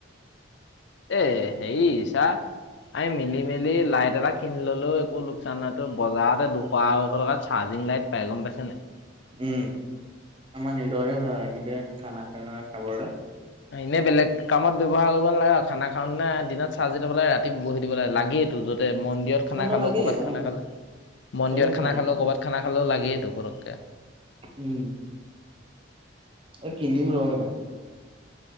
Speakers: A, on the left; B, on the right.
A: এ হেৰি চা আমি মিলি মেলি লাইট এটা কিনি ললেও একো লোকচান নাই তো বজাৰতে দুশ আঢৈশ টকা চাৰ্জিং লাইট পাই গম পাইছ নাই
B: উম আমাৰ নিজৰে ভাল হয় এনেকে খানা খানা খাবলৈ
A: এনে বেলেগ কামত ব্যৱহাৰ কৰিব নালাগে আৰু খানা খাও তেনে দিনত চাৰ্জি থব লাগ ৰাতি বহি দিব লে লাগে এইোটো য'ত মন্দিৰত খানা
B: আমাৰ
A: খালোও
B: লাগেই
A: ক'ৰবাত
B: অ
A: খানা খালে মন্দিৰত
B: চবত
A: খানা
B: লাগে
A: খালো ক'ৰবাত খানা খালেও লাগেইটো পতকে। কে।
B: উম। এই কিনিম ৰহ এটা।